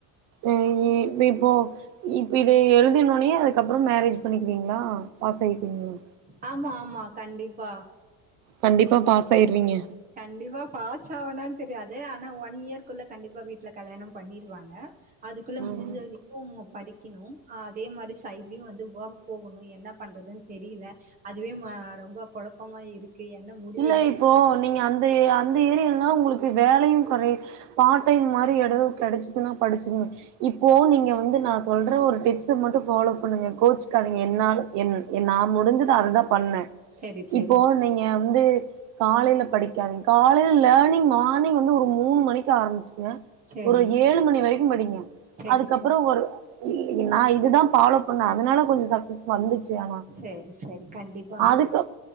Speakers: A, on the right (about 45°); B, on the right (about 20°).
A: இ இப்போ இப்ப இத எழுதினோனே அதுக்கப்றோ மேரேஜ் பண்ணிக்கிவீங்ளா பாஸ் ஆகிட்டிங்ளா
B: ஆமா ஆமா கண்டிப்பா
A: கண்டிப்பா பாஸ் ஆயிருவீங்க
B: கண்டிப்பா பாஸ் ஆவானான்னு தெரியாது ஆனா ஒன் இயர்க்குள்ள கண்டிப்பா வீட்ல கல்யாணோ பண்ணிருவாங்க அதுக்குள்ள
A: ம்
B: முடிஞ்ச வரியு குங்கோ படிக்குணு அதே மாரி சைட்லியு வந்து ஒர்க் போவுணு என்ன பண்றதுனு தெரியில அதுவே மா ரொம்ப கொழப்பமா இருக்கு என்ன முடிவு
A: இல்ல
B: எடுக்
A: இப்போ நீங்க அந்த ஏ அந்த ஏரியல்னா உங்களுக்கு வேலையு கொறையுது பார் டைம் மாரி எடவோ கெடைச்சிதுன்னா படிச்சிருன்னு இப்போ நீங்க வந்து நா சொல்ற ஒரு டிப்ஸ மட்டு ஃபாலோ பண்ணுங்க கோச்சிக்காதீங்க என்னால என் என் நா முடிஞ்சத அததா பண்ண
B: சரி, சரி,
A: இப்போ நீங்க வந்து காலையில படிக்காதீங்க காலையில லேர்னிங் மார்னிங் வந்து ஒரு மூணு மணிக்கு ஆரம்பிச்சிக்கிங்க
B: சரி,
A: ஒரு ஏழு மணி வரைக்கு படிங்க
B: சரி,
A: அதுக்கப்றோ
B: சரி,
A: ஒரு இல்ல நா இதுதா ஃபாலோ பண்ண அதுனால கொஞ்சோ சக்சஸ் வந்துச்சி ஆனா
B: சரி, சரி. கண்டிப்பா.
A: அதுக்கப்